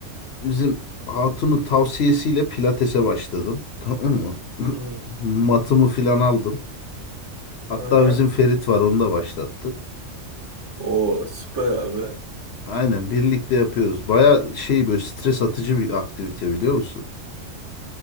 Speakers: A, on the left (about 60°); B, on the right (about 65°).
A: bizim hatunun tavsiyesiyle pilatese başladım <laughs> tamam mı? <laughs>
B: Hı.
A: Matımı filan aldım. Hatta
B: Aha.
A: bizim Ferit var onu da başlattım.
B: O süper abi.
A: Aynen birlikte yapıyoruz. Baya şey böyle stres atıcı bir aktivite biliyor musun?